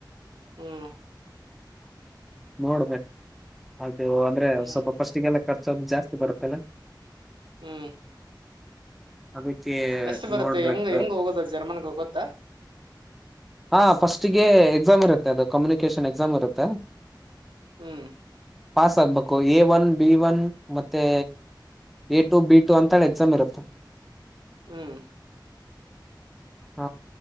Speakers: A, on the right; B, in the centre.
A: ಹ್ಮ್
B: ನೋಡ್ಬೇಕೇು ಅತ ಅಂದ್ರೆ
A: ಹ್ಮ್
B: ಸ್ವಲ್ಪ
A: ಹ್ಮ್
B: ಪಷ್ಟಿಗೆಲ್ಲ ಖರ್ಚೋದು ಜಾಸ್ತಿ ಬರ್ತಲ್ಲ
A: ಹ್ಮ್
B: ಅದಕ್ಕೆ
A: ಎಷ್ಟು ಬರುತ್ತೆ
B: ನೋಡ್ಬೇಕು
A: ಹೆಂಗ ಹೆಂಗ್ ಹೋಗೋದ ಜರ್ಮನ್ಗ್ ಹೋಗುತ್ತಾ
B: ಹಾ ಫಸ್ಟಿಗೆ ಎಕ್ಸಾಮ್ ಇರುತ್ತೆ ಅದು ಕಮ್ಯುನಿಕೇಶನ್ ಎಕ್ಸಾಮ್ ಇರುತ್ತೆ
A: ಹ್ಮ್
B: ಪಾಸ್ ಆಗ್ಬೇಕು ಎ ಒನ್ ಬಿ ಒನ್ ಮತ್ತೆ ಎ ಟು ಬಿ ಟು ಅಂತಿ ಎಕ್ಸಾಮ್ ಇರುತ್ತೆ
A: ಹ್ಮ್
B: ಹ